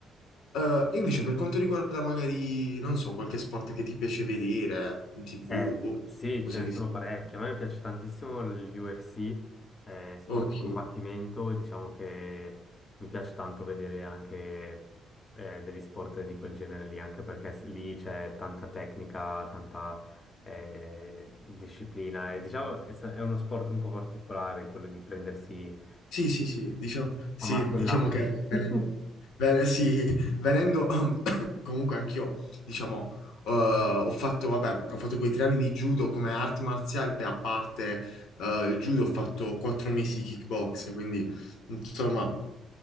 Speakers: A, on the left (about 80°); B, on the left (about 35°).
A: eh, invece, per quanto riguarda magari, non so, qualche sport che ti piace vedere in TV,
B: Eh,
A: boh,
B: sì,
A: cosa
B: ce ne
A: che
B: sono
A: sia.
B: parecchi. A me piace tantissimo l'UFC, eh, sport
A: Ok,
B: di combattimento, e diciamo che mi piace tanto vedere anche eh, degli sport di quel genere lì, anche perché s- lì c'è tanta tecnica, tanta eh, disciplina. E, diciamo è s- è uno sport un po' particolare quello di prendersi
A: sì, sì, sì, diciamo, sì,
B: a martellate.
A: diciamo che venendo,
B: <laughs>
A: ven- sì, venendo <coughs> comunque anch'io, diciamo, eh, ho fatto, vabbè, ho fatto quei tre anni di judo come arti marziali, a parte eh, il judo ho fatto quattro mesi di kickbox, quindi insomma,